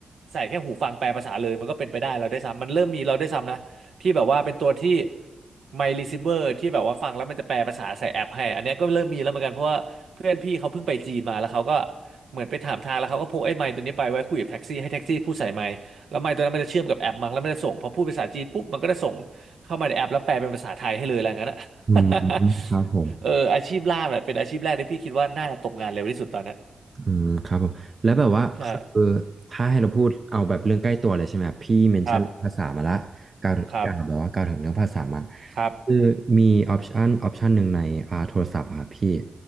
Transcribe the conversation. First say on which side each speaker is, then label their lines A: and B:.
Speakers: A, on the right; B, on the right.
A: ใส่แค่หูฟังแปลภาษาเลยมันก็เป็นไปได้เราได้วยซ้ำมันเริ่มมีเราได้วยซ้ำนะ ที่แบบว่าเป็นตัวที่ My Receiver ที่แบบว่าฟังแล้วมันจะแปลภาษาใส่แอปให้อันเนี้ยก็เริ่มมีแล้วเหมือนกันเพราะว่าเพื่อนพี่เขาเพิ่งไปจีนมาแล้วเขาก็เหมือนไปถามทางแล้วเขาก็พกไอ้ไมค์ตัวนี้ไปไว้คุยกับแท็กซี่ให้แท็กซี่พูดใส่ไมค์แล้วไมค์ตัวนั้นมันจะเชื่อมกับแอปมั้งแล้วมันจะส่งพอพูดภาษาจีนปุ๊บมันก็จะส่งเข้ามาในแอปแล้วแปลเป็นภาษาไทยให้เลยอะไรอย่างนั้นอะ
B: อืม
A: <laughs>
B: ครับผม
A: เอออาชีพล่ามเนี่ยเป็นอาชีพแรกที่พี่คิดว่าน่าจะตกงานเร็วที่สุดตอนเนี้ย
B: อืมครับผมแล้วแบบว่าคือถ้าให้เราพูดเอาแบบเรื่องใกล้ตัวเลยใช่ไหมครับพี่เมนชั่นเรื่องภาษามาละกล่าวกล่าวแบบว่ากล่าวถึงเรื่องภาษามา
A: ใช่ครับครับครับ
B: คือมีออปชันออปชันหนึ่งในอ่าโทรศัพท์อะครับพี่